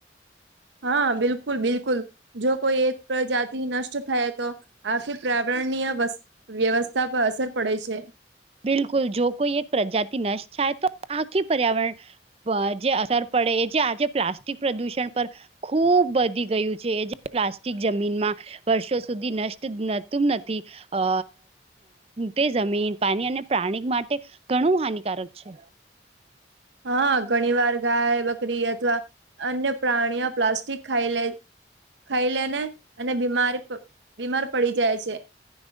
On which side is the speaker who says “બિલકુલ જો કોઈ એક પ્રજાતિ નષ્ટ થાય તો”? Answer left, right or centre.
Right